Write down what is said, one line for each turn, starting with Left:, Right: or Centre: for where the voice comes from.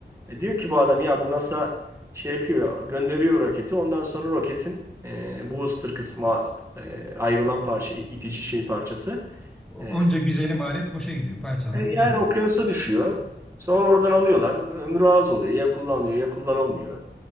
Right: E, diyor ki bu adam ya bu NASA şey yapıyor, gönderiyor roketi. Ondan sonra roketin e, booster kısmı e, ayrılan parça, itici şey parçası.
Centre: O-
Right: E,
Centre: Onca güzelim alet boşa gidiyor, parçalanıp
Right: e, yani
Centre: gidiyor.
Right: okyanusa düşüyor. Sonra oradan alıyorlar. Ömrü az oluyor. Ya kullanılıyor ya kullanılmıyor.